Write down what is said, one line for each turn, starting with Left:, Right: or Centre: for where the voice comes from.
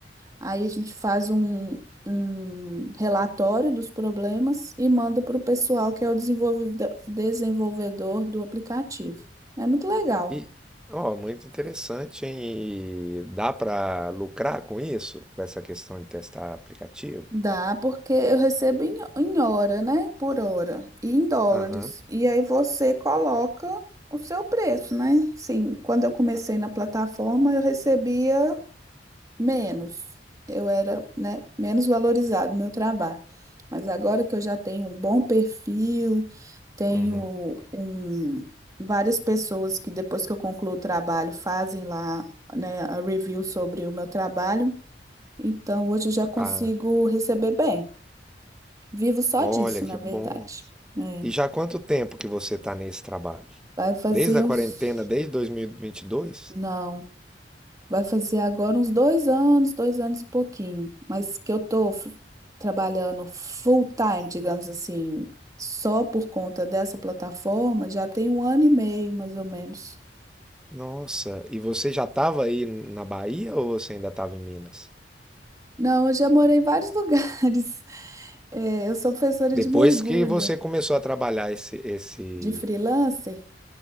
Right: aí a gente faz um, um relatório dos problemas e manda para o pessoal que é o desenvolvida- desenvolvedor do aplicativo. É muito legal.
Centre: E, ó, muito interessante, hein? E dá para lucrar com isso? Com essa questão de testar aplicativo?
Right: Dá, porque eu recebo em, em hora, né? Por hora. E em dólares.
Centre: Aham,
Right: E aí você coloca o seu preço, né? Sim, quando eu comecei na plataforma, eu recebia menos. Eu era, né, menos valorizado no meu trabalho. Mas agora que eu já tenho um bom perfil, tenho
Centre: uhum.
Right: um, várias pessoas que depois que eu concluo o trabalho fazem lá, né, a review sobre o meu trabalho. Então hoje eu já consigo
Centre: Ah,
Right: receber bem. Vivo só
Centre: olha
Right: disso, na
Centre: que bom.
Right: verdade. É.
Centre: E já há quanto tempo que você está nesse trabalho?
Right: Vai fazer
Centre: Desde a
Right: uns.
Centre: quarentena, desde dois mil e e vinte e dois?
Right: Não, vai fazer agora uns dois anos, dois anos e pouquinho. Mas que eu tô f- trabalhando full time, digamos assim, só por conta dessa plataforma, já tem um ano e meio, mais ou menos.
Centre: Nossa, e você já estava aí na Bahia ou você ainda estava em Minas?
Right: Não, eu já morei em vários <laughs> lugares. É, eu sou professora
Centre: Depois
Right: de mergulho,
Centre: que você começou a trabalhar esse, esse...
Right: de freelancer.